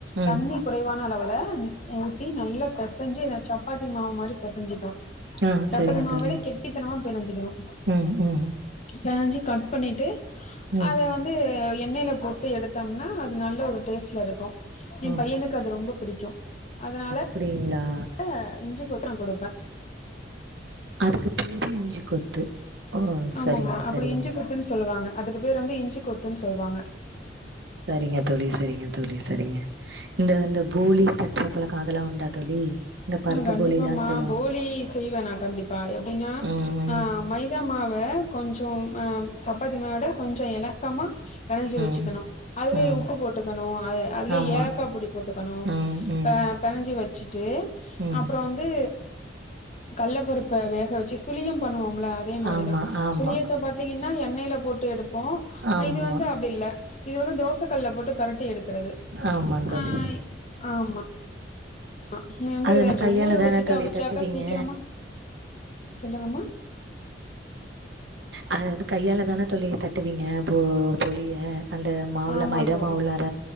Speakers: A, on the right; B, on the left.
A: ம்
B: தண்ணி குறைவான அளவுல மூத்தி நல்லா பெசஞ்சு சப்பாத்தி மாவு மாரி பெசஞ்சிக்கனு
A: ஆ
B: சப்பாத்தி
A: சரிங்க
B: மாவ
A: தோழி
B: விட கெட்டித்தனமா பெனஞ்சுக்கணு
A: ம் ம்
B: பெனஞ்சி கட் பண்ணிட்டு
A: ம்
B: அத வ வந்து எண்ணெயில போட்டு எடுத்தம்னா அது நல்ல ஒரு டேஸ்ட்ல இருக்கு எ
A: ம்
B: பையனுக்கு அது ரொம்ப பிடிக்கு அதனால
A: அப்டிங்களா?
B: அ இஞ்சிக் ஒத்தடொங் கொடுப்ப
A: அதுக்கு பேரு இஞ்சி கொத்து ஓ
B: ஆமாமா
A: சரிங்க
B: அப்டி
A: சரிங்க
B: இஞ்சி குத்துன் சொல்வாங்க அதுக்கு பேரு வந்து இஞ்சி கொத்தூன் சொல்வாங்க
A: சரிங்க தோழி சரிங்க தோழி சரிங்க இந்த அந்த போலி தட்டுற பழக்கோ அதெல்லா உண்டா தோழி இந்த பருப்பு
B: ஆ கண்டிப்பாம்மா
A: போலில்லா சொல்லுவா
B: போலி செய்வ நா கண்டிப்பா எப்டினா
A: ம்
B: ஆ
A: ம்
B: மைதா மாவ கொஞ்சொ அ சப்பாத்தி மாவவிட கொஞ்சொ எலக்கமா பெனஞ்சி வெச்சுக்கணு
A: ம்
B: அதுலயே
A: ம்
B: உப்பு போட்டுக்கணு அ அதுலயே
A: ஆமா.
B: ஏலக்கா பொடி போட்டுக்கணு
A: ம், ம்,
B: ப பெனஞ்சி வெச்சுட்டு
A: ம்.
B: அப்புறொ வந்து கள்ள பருப்ப வேக வச்சு சுளியம் பண்ணுவோம்ல அதே மாரிதா
A: ஆமா, ஆமா,
B: சுளியத்த பாத்தீங்கன்னா எண்ணெய்யில போட்டு எடுப்போ
A: ஆமா,
B: அ இது வந்து அப்படில்ல இது வந்து தோசை கல்லுல போட்டு பிராட்டி எடுக்கிறது
A: ஆமா தோழி.
B: ஆ ஆமா அ நீ வந்து
A: அது
B: கொஞ்ச
A: கையால
B: ஊற
A: தான
B: வச்சுட்டு
A: தோழி
B: அவிச்சாக்கா
A: தட்டுவீங்க?
B: சீக்கிரமா சொல்லுங்கம்மா
A: அத வந்து கையால தானே போலியா தட்டுவீங்க போ போலியா அந்த மாவுல
B: ஆமா
A: மைதா
B: தோழி
A: மாவு உள்ளார